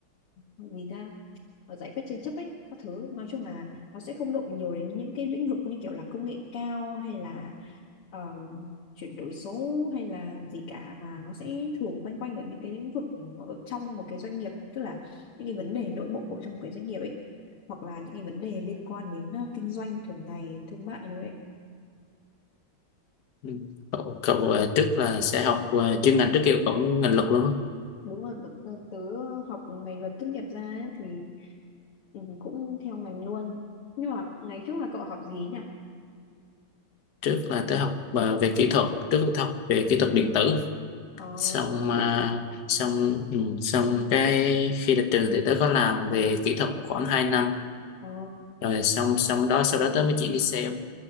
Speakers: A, on the left (about 80°); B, on the left (about 50°).
A: gì ta, ờ, giải quyết tranh chấp ấy, các thứ. Nói chung là nó sẽ không động nhiều đến những cái lĩnh vực như kiểu là công nghệ cao hay là ờ, chuyển đổi số hay là gì cả mà nó sẽ thường quanh quanh ở những cái lĩnh vực ở trong một cái doanh nghiệp, tức là những cái vấn đề nội bộ ở trong một cái doanh nghiệp ấy hoặc là những cái vấn đề liên quan đến ờ, kinh doanh thường ngày thương mại đúng đấy
B: Ừ. cậu, cậu ờ, trước là sẽ học ờ, chuyên ngành trước kia cậu cũng ngành luật luôn không?
A: đúng rồi bậc- ờ, tớ học ngành luật tốt nghiệp ra ấy, thì ừ, cũng theo ngành luôn nhưng mà ngày trước là cậu học gì nhỉ
B: trước là tới học ờ, về kỹ thuật trước là tới học về kỹ thuật điện tử
A: ờ,
B: xong uh,
A: kỹ thuật
B: xong ừ, xong cái khi ra trường thì tớ có làm về kỹ thuật khoảng 2 năm
A: ờ,
B: rồi xong xong đó sau đó tớ mới chuyển đi sale